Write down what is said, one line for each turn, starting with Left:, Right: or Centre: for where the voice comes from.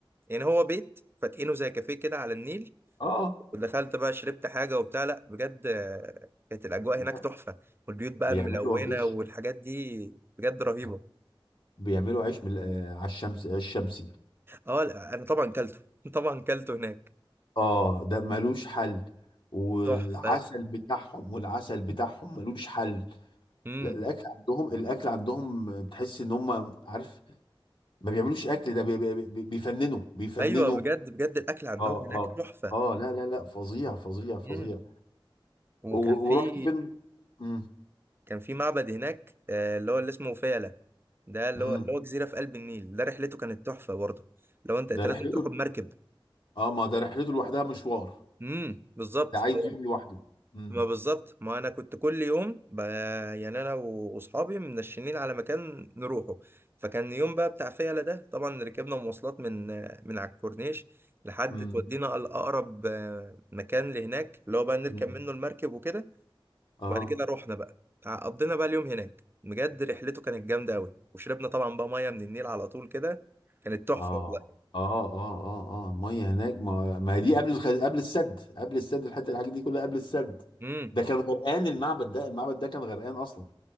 Right: يعني هو بيت فاتقينه زي كافيه كده على النيل
Left: اه
Right: ودخلت بقى شربت حاجة وبتاع لا بجد آه، كانت الأجواء
Left: لا.
Right: هناك تحفة والبيوت بقى
Left: بيعملوا
Right: ملونة
Left: عيش
Right: والحاجات دي بجد رهيبة
Left: لا. بيعملوا عيش من آه، على الشمس عيش شمسي
Right: اه لا أنا طبعا كلته <laughs> طبعا كلته هناك
Left: اه ده ملوش حل والعسل
Right: تحفة
Left: بتاعهم والعسل بتاعهم ملوش حل
Right: امم
Left: لا، الاكل عندهم الاكل عندهم تحس ان هم عارف ما بيعملوش اكل ده بي- بي- بي- بيفننوا بيفننوا
Right: ايوه بجد بجد الاكل عندهم
Left: اه
Right: هناك
Left: اه
Right: تحفه
Left: اه لا لا لا فظيع فظيع
Right: امم
Left: فظيع
Right: وكان
Left: و-
Right: في
Left: ورحت فين امم
Right: كان في معبد هناك آه، اللي هو اللي اسمه فيلة ده اللي
Left: امم
Right: هو اللي هو جزيرة في قلب النيل ده رحلته كانت تحفة برضه لو انت انت
Left: ده
Right: لازم
Left: رحلته
Right: تروح بمركب
Left: اه ما ده رحلته لوحدها مشوار
Right: امم بالظبط
Left: ده عايز
Right: هو-
Left: يوم لوحده امم
Right: ما بالظبط ما انا كنت كل يوم ب... يعني انا واصحابي منشنين على مكان نروحه فكان يوم بقى بتاع فيلة ده طبعا ركبنا مواصلات من من على الكورنيش لحد
Left: امم
Right: تودينا الاقرب آه، مكان لهناك اللي هو بقى نركب
Left: امم
Right: منه المركب وكده
Left: اه
Right: وبعد كده رحنا بقى قضينا بقى اليوم هناك بجد رحلته كانت جامده قوي وشربنا طبعا بقى ميه من النيل على طول كده كانت تحفه
Left: اه
Right: والله
Left: اه اه اه اه الميه هناك ما ما هي دي قبل الخ... قبل السد قبل السد الحته الحاجات دي كلها قبل السد
Right: امم
Left: ده كان غرقان المعبد ده المعبد ده كان غرقان اصلا